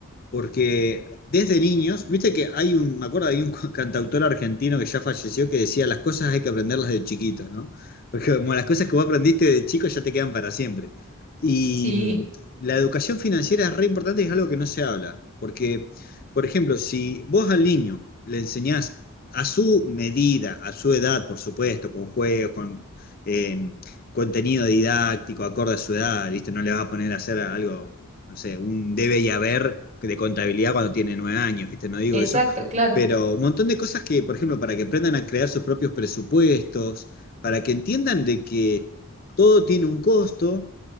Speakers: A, on the left; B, on the right.
A: porque desde niños, viste que hay un, me acuerdo, hay un <laughs> cantautor argentino que ya falleció que decía, las cosas hay que aprenderlas de chiquito, ¿no? Porque como las cosas que vos aprendiste de chico ya te quedan para siempre. Y
B: Sí,
A: mm, la educación financiera es re importante y es algo que no se habla, porque, por ejemplo, si vos al niño le enseñás a su medida, a su edad, por supuesto, con juegos, con... eh, contenido didáctico, acorde a su edad, ¿viste? No le vas a poner a hacer algo no sé, un debe y haber de contabilidad cuando tiene nueve años, ¿viste? No digo
B: exacto,
A: eso,
B: claro,
A: pero un montón de cosas que, por ejemplo, para que aprendan a crear sus propios presupuestos, para que entiendan de que todo tiene un costo